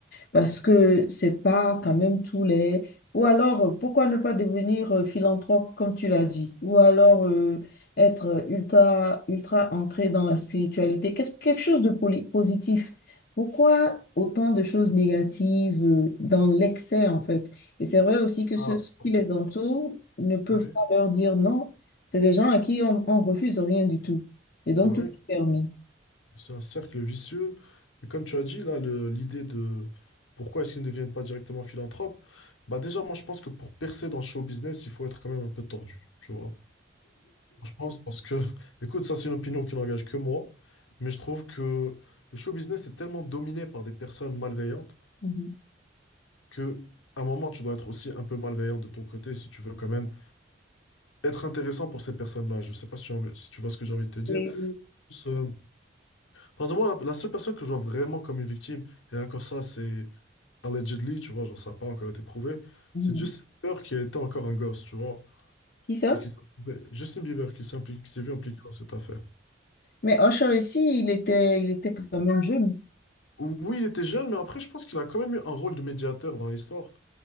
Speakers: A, on the left (about 50°); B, on the left (about 85°).
A: Parce que c'est pas quand même tous les... Ou alors, euh, pourquoi ne pas devenir euh, philanthrope, comme tu l'as dit? Ou alors euh, être ultra, ultra ancré dans la spiritualité. Qu'est-ce, quelque chose de poli- positif. Pourquoi autant de choses négatives euh, dans l'excès, en fait? Et c'est vrai aussi que
B: Ah,
A: ceux qui les entourent ne peuvent
B: oui,
A: pas leur dire non. C'est des gens à qui on, on refuse rien du tout. Et donc,
B: bah
A: tout
B: oui.
A: est permis.
B: C'est un cercle vicieux. Et comme tu as dit, là, le- l'idée de pourquoi est-ce qu'ils ne deviennent pas directement philanthropes, bah déjà, moi, je pense que pour percer dans le show business, il faut être quand même un peu tordu, tu vois. Je pense parce que, <laughs> écoute, ça, c'est une opinion qui n'engage que moi, mais je trouve que le show business est tellement dominé par des personnes malveillantes
A: Mhm.
B: que, à un moment, tu dois être aussi un peu malveillant de ton côté si tu veux quand même être intéressant pour ces personnes-là. Je sais pas si tu, as envie- si tu vois ce que j'ai envie de te dire.
A: Et-
B: Plus, euh, par exemple, moi, la, la seule personne que je vois vraiment comme une victime, et encore ça, c'est allegedly, tu vois, genre ça n'a pas encore été prouvé.
A: Mhm.
B: C'est Justin Bieber qui était encore un gosse, tu vois,
A: Qui ça?
B: et qui s'est retrouvé- Justin Bieber qui s'est impliqué, qui s'est vu impliqué dans cette affaire.
A: Mais Usher ici, il était, il était quand même jeune.
B: Oui, il était jeune, mais après, je pense qu'il a quand même eu un rôle de médiateur dans l'histoire.